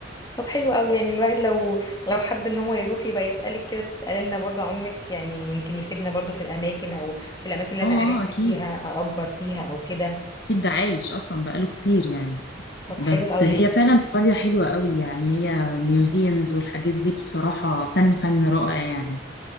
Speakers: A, on the left; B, on the left.
A: طب حلو قوي يعني الواحد لو لو حب ان هو يروح يبقى يسألك كده تسألي لنا برضه عمك يعني يمكن يفيدنا برضه في الاماكن او في الاماكن اللي
B: اه
A: انا
B: آه،
A: قرنت
B: أكيد
A: فيها اأجر فيها او كده
B: أكيد ده عايش أصلا بقاله كتير يعني
A: طب
B: بس
A: حلو قوي
B: هي فعلا إيطاليا حلوة قوي يعني هي ميوزيمز والحاجات دي بصراحة فن فن رائع يعني